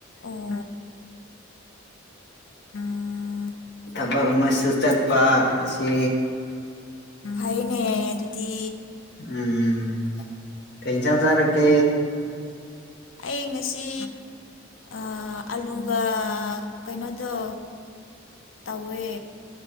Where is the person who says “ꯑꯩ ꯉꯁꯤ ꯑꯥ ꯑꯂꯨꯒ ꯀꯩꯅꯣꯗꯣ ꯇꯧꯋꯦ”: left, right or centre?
Left